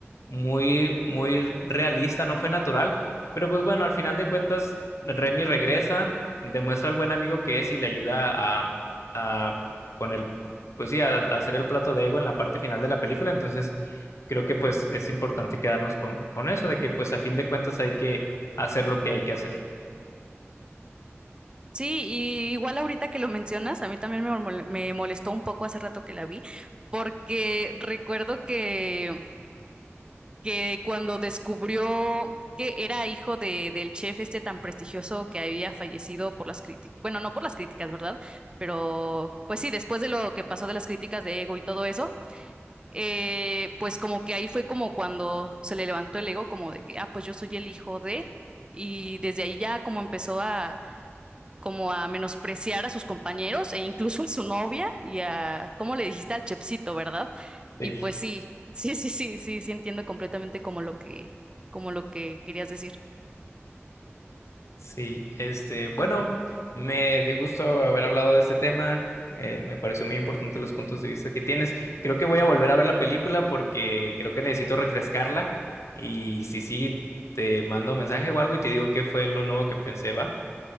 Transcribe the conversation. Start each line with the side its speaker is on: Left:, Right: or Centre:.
Left: muy, muy realista, no fue natural. Pero pues bueno, al final de cuentas, Remy regresa, demuestra al buen amigo que es y le ayuda a, a- con el, pues sí, a, a hacer el plato de ego en la parte final de la película. Entonces, creo que pues es importante quedarnos con, con eso, de que pues a fin de cuentas hay que hacer lo que hay que hacer.
Right: Sí, y igual ahorita que lo mencionas, a mí también me mol- me molestó un poco hace rato que la vi, porque recuerdo que que cuando descubrió que era hijo de, del chef este tan prestigioso que había fallecido por las críticas, bueno, no por las críticas, ¿verdad? Pero pues sí, después de lo que pasó de las críticas de ego y todo eso, eh, pues como que ahí fue como cuando se le levantó el ego, como de que, ah, pues yo soy el hijo de, y desde ahí ya como empezó a, como a menospreciar a sus compañeros e incluso a su novia y a, ¿cómo le dijiste al chefcito, verdad? Y
Left: Sí.
Right: pues sí, <laughs> sí, sí, sí, sí, sí entiendo completamente como lo que, como lo que querías decir.
Left: Sí, este, bueno, me dio gusto haber hablado de este tema. eh, me pareció muy importante los puntos de vista que tienes. Creo que voy a volver a ver la película porque creo que necesito refrescarla. Y si sí, te mando mensaje o algo y te digo qué fue lo nuevo que pensé, va.